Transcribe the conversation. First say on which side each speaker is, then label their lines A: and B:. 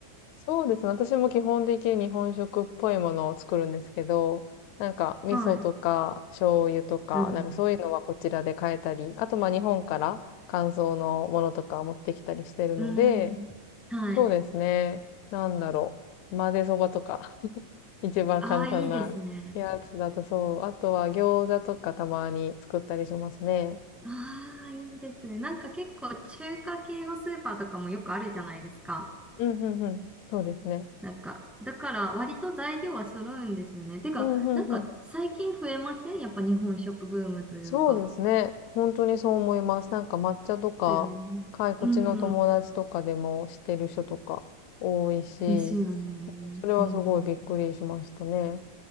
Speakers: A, on the left (about 80°); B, in the centre.
A: そうですね。私も基本的に日本食っぽいものを作るんですけど、なんか味噌とか醤油とか、
B: はい。うん
A: なんかそういうのはこちらで買えたり、あとまあ日本から乾燥のものとか持ってきたりしてるので、
B: うん。うーん。はい。
A: そうですね。なんだろう。混ぜそばとか、<laughs> 一番簡単なやつだとそう。
B: ああ、いいですね。
A: あとは餃子とかたまに作ったりしますね。
B: ああ、いいですね。なんか結構中華系のスーパーとかもよくあるじゃないですか。
A: うん、うん、うん。そうですね。
B: なんか、だから割と材料は揃うんですよね。てか、
A: うん、うん、
B: なんか最近増えませんやっぱ日本食ブームというか。
A: うん。そうですね。本当にそう思います。なんか抹茶とか、
B: ですよね。
A: はい、こっちの友達とかでも知ってる人とか多いし、
B: うん。ですよね。
A: それはすごいびっくりしましたね。
B: うんうんうん。